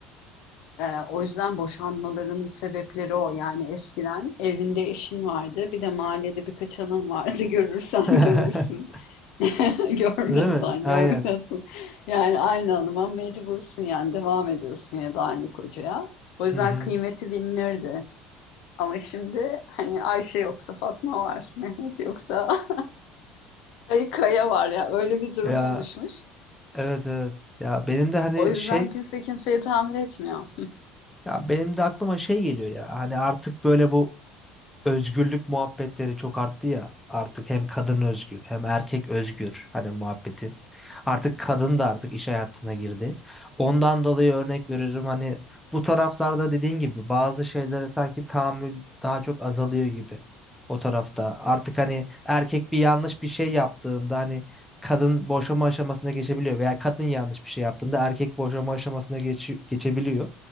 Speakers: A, on the left (about 70°); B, in the centre.
A: E, o yüzden boşanmaların sebepleri o. Yani eskiden evinde eşin vardı, bir de mahallede birkaç hanım vardı. <laughs> Görürsen
B: <laughs>
A: görürsün. <laughs> Görmüyorsan
B: Değil mi? Aynen.
A: görmüyorsun. Yani aynı hanıma mecbursun yani devam ediyorsun ya da aynı kocaya. O yüzden
B: Hı hı.
A: kıymeti bilinirdi. Ama şimdi hani Ayşe yoksa Fatma var, Mehmet yoksa <laughs> Kaya Kaya var ya öyle bir durum
B: Ya
A: oluşmuş.
B: evet evet. Ya benim de hani
A: O yüzden
B: şey
A: kimse kimseyi tahammül etmiyor.
B: ya benim de aklıma şey geliyor ya. Hani artık böyle bu özgürlük muhabbetleri çok arttı ya. Artık hem kadın özgür hem erkek özgür hani muhabbeti. Artık kadın da artık iş hayatına girdi. Ondan dolayı örnek veririm hani bu taraflarda dediğin gibi bazı şeylere sanki tahammül daha çok azalıyor gibi o tarafta. Artık hani erkek bir yanlış bir şey yaptığında hani kadın boşama aşamasına geçebiliyor veya kadın yanlış bir şey yaptığında erkek boşama aşamasına geç, geçebiliyor.